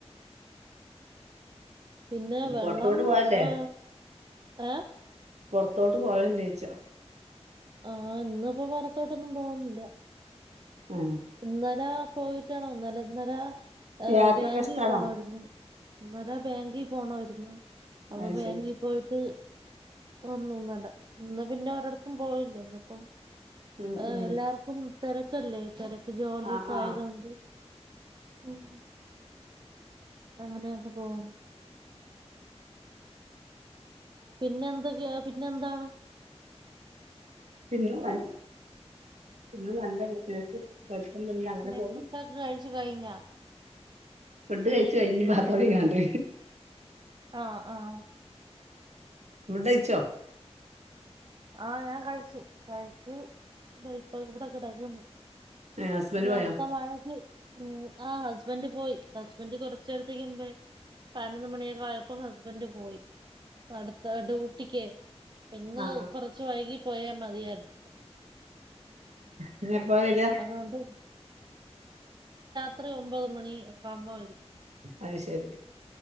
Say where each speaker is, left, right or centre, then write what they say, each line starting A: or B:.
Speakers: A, on the right; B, on the right.
A: പിന്നെ വെള്ളം
B: പൊറത്തോട്ട് പോവല്ലേ
A: ഏ ഏ
B: പൊർത്തോട്ട് പോവൽ ല്ലേ ച്ച
A: ആ ഇന്ന്പ്പോ പൊർത്തോട്ടൊന്നും പോവുന്നില്ല
B: ആഹ്
A: ഇന്നലെ പോയിട്ടാണൊന്നരൊന്നര ഏ
B: യാത്രക്കെ
A: ബാങ്കിൽ
B: ഇഷ്ടാണോ
A: പോണാര്ന്നു ഇന്നലെ ബാങ്കി പോണാര്ന്നു അപ്പൊ
B: അത്
A: ബേങ്കി
B: ശരി
A: പോയിട്ട് വന്നു ന്നലെ ന്ന് പിന്നെ ഒരിട്ത്തും പോയി ചെന്നപ്പം
B: ഉം
A: ആഹ്
B: ഉം
A: എല്ലാർക്കും തെരക്കല്ലേ തെര പ്പൊ ജോലിക്കായതോണ്ട്
B: ആഹ് ആഹ്
A: ഉം അങ്ങനെയൊക്കെ പോന്നു പിന്നെ എന്തൊക്കെയ? പിന്നെ എന്താണ്?
B: പിന്നെ നൽ പിന്നെ നല്ല വിശേഷം കൊഴപ്പൊന്നുല്ല
A: പിന്നെ
B: അങ്ങനെ പോണ്
A: ഫുഡ്ഡോ കഴിച്ച് കഴിഞ്ഞോ
B: ഫുഡ് കഴിച്ചു കഴിഞ്. ഞ് പാത്രം കൈകാണ്ട്
A: ആ ആ
B: വുഡെയിച്ചോ?
A: ആഹ് ഞാൻ കഴിച്. കഴിച്ചു താ ഇപ്പൊ ഇവിടെ കെടെക്ക്ന്ന്
B: ഏ ഹസ്ബൻഡ്
A: ഞ്ഞി
B: പോയോ
A: അടുത്ത മഴക്ക് ഉ ആ ഹസ്ബന്റ് പോയി ഹസ്ബന്റ് കൊറച്ചേരത്തേക്ക് മുമ്പേ പായിനൊന്ന് മണിയൊക്കായപ്പൊ ഹ ബന്റ് പോയി. അടുത്ത ഡ്യൂട്ടിക്കേ പ്പിന്ന്
B: ആ
A: കുറച്ച് വൈകി പോയ മതിയാര്ന്നു.
B: ഇനി എപ്പ വരാ?
A: അതുകൊണ്ട് ത്രി ഒമ്പത് മണി ഒക്കാകുമ്പോ വരും.
B: അത് ശരി